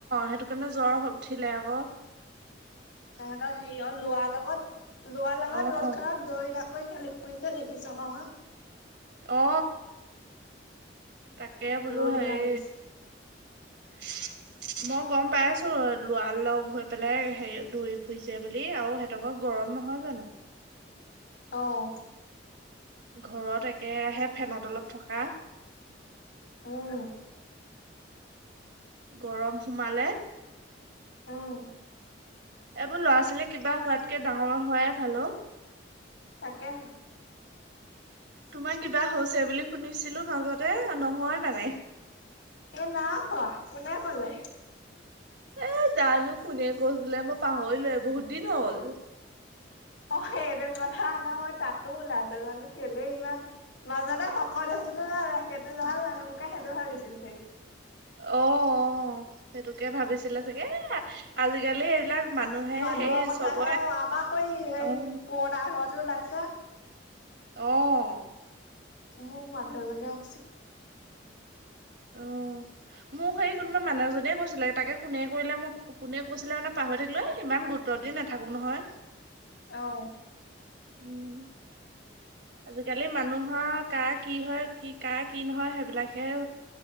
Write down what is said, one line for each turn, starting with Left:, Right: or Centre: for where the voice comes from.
Right: সেইটো কাৰণে জ্বৰ উঠিলে আক।
Left: তহঁতৰ হেৰি অ লোৱা লগত লোৱা লগত
Right: অ
Left: ৰ'দ খনত দৌৰি থাক। <unintelligible> দেখিছো অ।
Right: অ তাকে বোলো
Left: ৰ'দ
Right: হেৰি।
Left: ইমান দিছে।
Right: <inaudible> মই গম পাই আছো লোৱাৰ লগ হৈ পেলাই হেৰি দৌৰি ফুৰিছে বুলি আৰু সেতঘৰত গৰম গৰম নহয় জানো।
Left: অহ
Right: ঘৰত একেৰাহে ফেনত তলত থকা।
Left: অহ
Right: গৰম সোমালে
Left: উম
Right: এইবোৰ ল'ৰা ছোৱালী কিবা হোৱাতকে ডাঙৰ হোৱাই ভাল অ।
Left: তাকে
Right: তোমাৰ কিবা হৈছে বুলি শুনিছিলো মাজতে নহয় মানে।
Left: এ নাই হোৱা। কোনে কলে?
Right: এ জানো কোনে কৈছিলে মই পাহৰিলোৱেই বহুত দিন হ'ল।
Left: অঁ সেইটো কথা আমাৰ মই তাতো ওলাইছে জানো কেলে ইমান মাজতে শকত হৈছিলে ন সেইটো য মানে মোকে সেইটো ভাবিছিল চাগে।
Right: অঁ সেইটোকে ভাবিছিলা চাগে আজিকালি এইবিলাক মানুহে
Left: মানুহৰ
Right: সেই
Left: কথা
Right: চবৰে
Left: হে অঁ আমাক স হ
Right: অ',
Left: পুৰণা ঘৰতো ওলাইছে।
Right: অঁ।
Left: মোক মানুহ এজনে <inaudible>
Right: অঁ। মোক সেই কোনোবা মানুহ এজনীয়ে কৈছিলে তাকে কোনে কৰিলে মই কোনে কৈছিলে মানে পাহৰি থাকিলো, এ ইমান সোতৰ দিন নাথাকো নহয়।
Left: আহ।
Right: উম আজিকালি মানুহক কাৰ কি হয় কি কাৰা কি নহয় সেইবিলাক হে